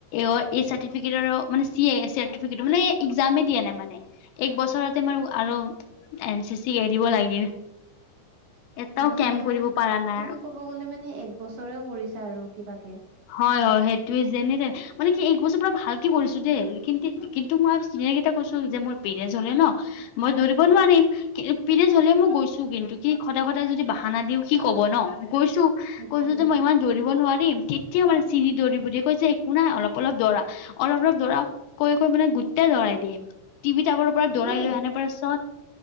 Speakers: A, on the left (about 80°); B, on the right (about 70°).
A: অৰ এ চাৰ্টিফিকেটৰো মানে চি এ চাৰ্টিফিকেট মানে এক্জামে দিয়া নাই মানে। এক বছৰতে মাৰো আৰু এন চি চি এৰিব লাগিল। এটাও
B: মানে
A: কেম্প কৰিব
B: মান
A: পৰা নাই
B: তুমি ক'ব গলে মানে এক বছৰেও কৰিছা আৰু কিবাকে।
A: হয় হয় সেইটোৱে যেনে-তেনে মানে কি এই বছৰ পুৰা ভালকে কৰিছো দেই কিন্তু কিন্তু মই চিনিয়েৰ কেইটা কৈছো যে মোৰ পিৰিয়েডছ হ'লে ন মই দৌৰিব নোৱাৰিম। পিৰিয়েডচ হ'লেও মই গৈছো কিন্তু কি সদায় সদায় যদি বাহানা দিও কি কব ন? গৈছো।
B: সেইটোয়ে
A: কৈছো যে মই ইমান দৌৰিব নোৱাৰিম তেতিয়াও মানে চিৰি দৌৰিবলে কৈছে যে একো নাই অলপ অলপ দৌৰা অলপ অলপ দৌৰা কৈ কৈ মানে গোট্টাই দৌৰাই দিয়ে। টিভি টাৱাৰৰ পৰা
B: মানে
A: দৌৰাই লৈ আনাৰ পাছত,